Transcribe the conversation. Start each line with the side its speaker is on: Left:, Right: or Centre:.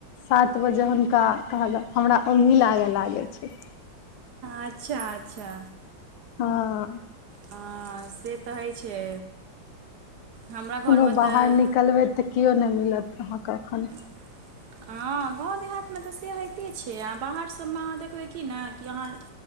Left: सात बजे हुनका कहादन हमरा ओंगही लागऽ लागै छै
Right: अच्छा अच्छा
Left: हाँ
Right: हँ से तऽ होइ छै हमरा घरमे
Left: कोनो बाहर
Right: तऽ
Left: निकलबै तऽ केओ नहि मिलत अहाँके एखन
Right: <inaudible> हँ गाँव देहातमे तऽ से होइते छै आ बाहरसभमे अहाँ देखबै की नहि कि अहाँ